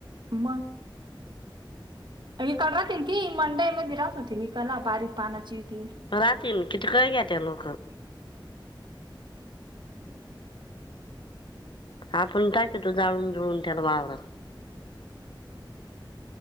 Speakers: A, on the right; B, on the left.
A: म <unintelligible> मंडई मध्ये राहत होती निकाला बारीक पानाची ती.
B: राहतीन किती काय घ्या त्या लोकं. आपण टाकेतो जाळून जुळून त्याला वावरात.